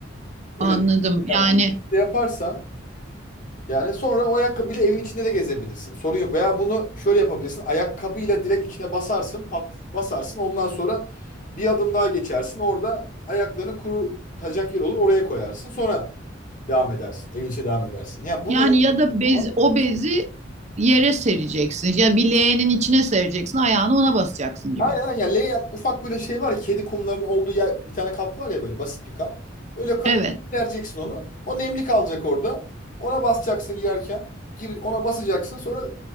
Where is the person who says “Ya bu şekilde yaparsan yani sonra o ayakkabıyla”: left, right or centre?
Left